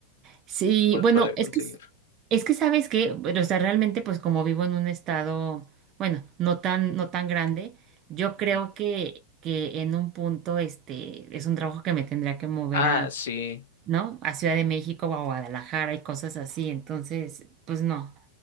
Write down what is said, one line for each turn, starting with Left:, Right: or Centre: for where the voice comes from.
Right: Sí,
Left: Po-
Right: bueno,
Left: Poder
Right: es
Left: conseguir.
Right: que, es que sabes que, o sea, realmente pues como vivo en un estado, bueno, no tan, no tan grande, yo creo
Left: Ujú.
Right: que, que en un punto este es un trabajo que me tendría que mover
Left: Ah,
Right: a,
Left: sí.
Right: ¿no? A Ciudad de México o a Guadalajara y cosas así, entonces, pues no,